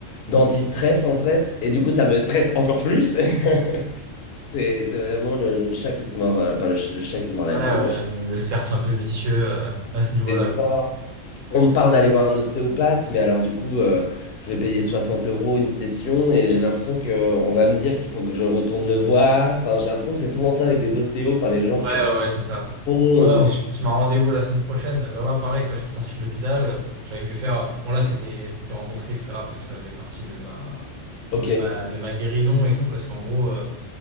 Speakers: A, on the left (about 60°); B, on the right (about 75°).
A: d'anti-stress en fait. Et du coup, ça me stresse encore plus. <laughs> C'est c'est vraiment le, le chat qui se mord, euh, enfin le, ch- le chien qui se mord la
B: Ouais, ouais,
A: queue. le chat.
B: le le cercle un peu vicieux euh, à ce niveau-là,
A: Et ça,
B: quoi.
A: On me parle d'aller voir un ostéopathe, mais alors du coup, euh, je vais payer 60 euros une session et j'ai l'impression que on va me dire qu'il faut que je retourne le voir. Enfin, j'ai l'impression que c'est souvent ça avec des ostéos. Enfin, les gens,
B: Ouais,
A: quand ils
B: ouais, ouais, c'est ça.
A: font,
B: Ouais, on
A: ils-
B: se on se met un rendez-vous la semaine prochaine. Bah, moi, pareil, quand j'étais sorti de l'hôpital, euh, j'avais dû faire. Bon, là, c'était c'était remboursé, etc., parce que ça faisait partie de ma,
A: Ok,
B: de ma, de ma guérison et tout. Parce qu'en gros, euh,